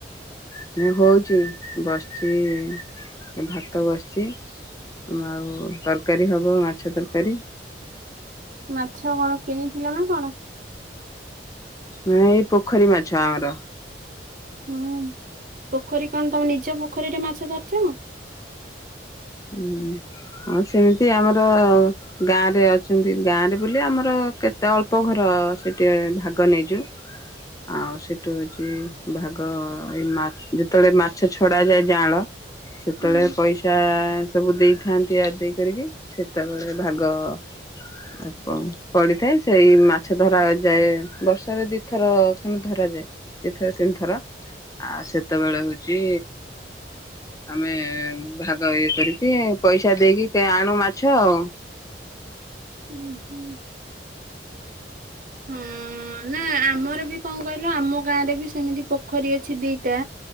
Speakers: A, on the left; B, on the right.
A: ସିଏ ହୋଉଚି ବସିଚି ଭାତ ବସିଚି। ଆଉ ତରକାରୀ ହବ ମାଛ ତରକାରୀ।
B: ମାଛ କଣ କିଣିଥିଲେ ନା କଣ?
A: ନା <unintelligible> ଏଇ ପୋଖରୀ ମାଛ ଆମର।
B: ହଁ ପୋଖରୀ କଣ ତମ ନିଜ ପୋଖରୀରେ ମାଛ ଧରୁଚ ନା?
A: ହୁଁ ହଁ ସେମିତି ଆମର - ଗାଁ ରେ ଅଛନ୍ତି ଗାଁ ରେ ବୋଲି ଆମର କେତେ ଅଳ୍ପ ଘର ସେଠି ଭାଗ ନେଇଚୁ। ଆଉ ସେଠୁ ହୋଉଚି ଭାଗ ଏଇ ମା ଯେତେବେଳେ ମାଛ ଛଡା ଯାଏ ଜାଆଁଳ ସେତଓଳେ
B: ହୁଁ
A: ପଇସା ସବୁ ଦେଇଥାନ୍ତି ଆ ଦେଇ କରିକି ସେତେବେଳେ ଭାଗ ଆଣ <unintelligible> ପଡିଥାଏ ସେଇ ମାଛ ଧରା ଯାଏ ବର୍ଷରେ ଦିଥର ଖଣ୍ଡେ ଧରାଯାଏ। ଦି ଥର ତିନି ଥର ଆ ସେତୋଓଳେ ହୋଉଚି ଆମେ ଭାଗ ଇଏ କରିକି ପଇସା ଦେଇକି କିଏ ଆଣୁ ମାଛ ଆଉ।
B: ଉ ହୁଁ। ହଁ ନାଁ ଆମର ବି କଣ କହିଲ ଆମ ଗାଁ ରେ ବି ସେମିତି ପୋଖରୀ ଅ ଅଛି ଦିଟା